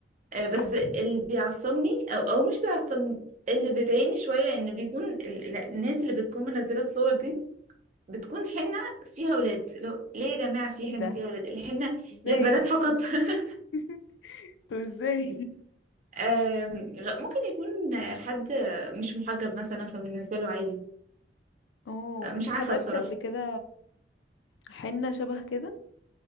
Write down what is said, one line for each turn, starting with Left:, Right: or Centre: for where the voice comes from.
Right: آه، بس
Left: حبيت
Right: اللي بيعصبني او او مش بيعصبني اللي بيضايقني شوية ان بيكون ال- ال- الناس اللي بتكون منزلة الصور دي بتكون حنة فيها ولاد لو ليه يا جماعة في
Left: ايه
Right: حنة
Left: ده
Right: فيها ولاد الحنة
Left: ازاي
Right: للبنات فقط <laughs>
Left: <laughs> طب ازاي
Right: آم، غ- ممكن يكون حد مش محجب مثلا فبالنسبة له عادي
Left: اوه
Right: آه، مش
Left: انت
Right: عارفة
Left: حضرتي
Right: بصراحة
Left: قبل كده حنة شبه كده